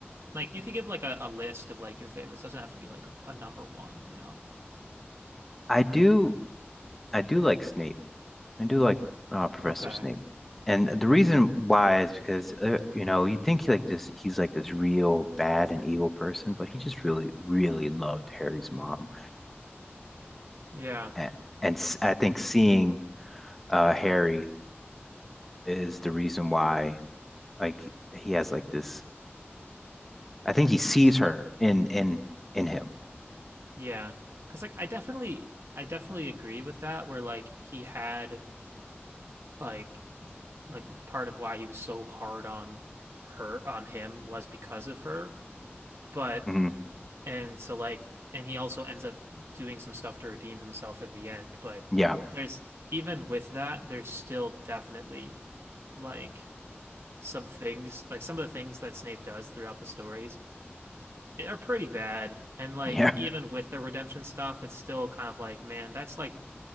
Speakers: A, on the right; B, in the centre.
A: Like you could give like a, a list of like your favorites. Doesn't have to be like a number one, you know?
B: I do I do like Snape. I do like uh, Professor
A: Okay.
B: Snape, and the reason why is because uh, you know you think he like this he's like this real bad and evil person, but he just really really loved Harry's mom,
A: Yeah.
B: and, and s- I think seeing uh, Harry is the reason why like he has like this. I think he sees her in in in him.
A: Yeah. Cause like I definitely I definitely agree with that where like he had like like part of why he was so hard on her on him was because of her. But
B: hmm
A: and so like and he also ends up doing some stuff to redeem himself in the end. But
B: Yeah,
A: there's even with that, there's still definitely like some things like some of the things that Snape does throughout the stories are pretty bad. And like
B: yeah,
A: even with the redemption stuff, it's still kind of like, man, that's like